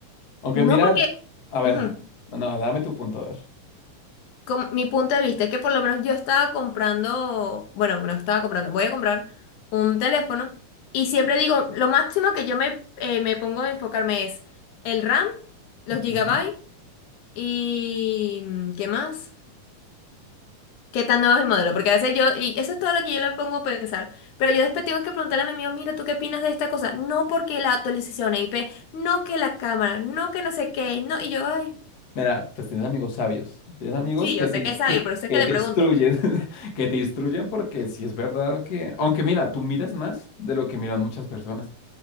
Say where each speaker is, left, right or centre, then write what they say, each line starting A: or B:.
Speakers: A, on the left; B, on the left.
A: Aunque
B: No
A: mira,
B: porque...
A: a ver,
B: ujú.
A: no, dame tu punto, a ver.
B: como- mi punto de vista es que por lo menos yo estaba comprando, bueno, no estaba comprando, voy a comprar un teléfono y siempre digo, lo máximo que yo me, eh, me pongo a enfocarme es el RAM, los gigabytes
A: Ujú.
B: y mm, ¿qué más? ¿Qué tan nuevo es el modelo? Porque a veces yo, y eso es todo lo que yo le pongo a pensar, pero yo después tengo que preguntarle a mi amigo, mira, ¿tú qué opinas de esta cosa? No porque la actualización IP, no que la cámara, no que no sé qué, no, y yo, ay,
A: Mira, pues tienes amigos sabios, tienes amigos
B: sí,
A: que
B: yo
A: te,
B: sé
A: instru-
B: que es sabio, pero sé
A: que
B: que le
A: te
B: pregunto.
A: instruyen, <laughs> que te instruyen porque si es verdad que, aunque mira, tú miras más de lo que miran muchas personas.